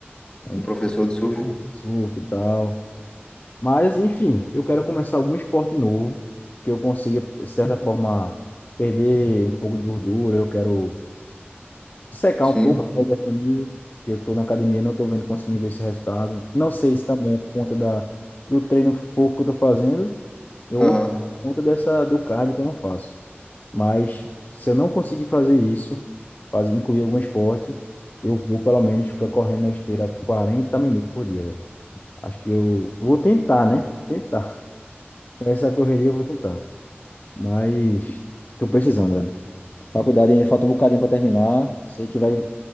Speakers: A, on the left; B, on the left.
A: um
B: Um professor de surf?
A: surf e tal, Mas, enfim, eu quero começar algum esporte novo, que eu consiga, de certa forma, perder um pouco de gordura. Eu quero secar
B: Sim.
A: um pouco até definir que eu estou na academia, não estou vendo, conseguindo ver esse resultado. Não sei se também é por conta da, do treino fofo que eu estou fazendo ou
B: Aham.
A: por conta dessa, do cardio que eu não faço. Mas, se eu não conseguir fazer isso, fazer, incluir algum esporte, eu vou, pelo menos, ficar correndo na esteira 40 minutos por dia, velho. Acho que eu vou tentar, né? Tentar. Com essa correria eu vou tentar. Mas tô precisando, velho. Faculdade ainda falta um bocadinho para terminar. Sei que vai.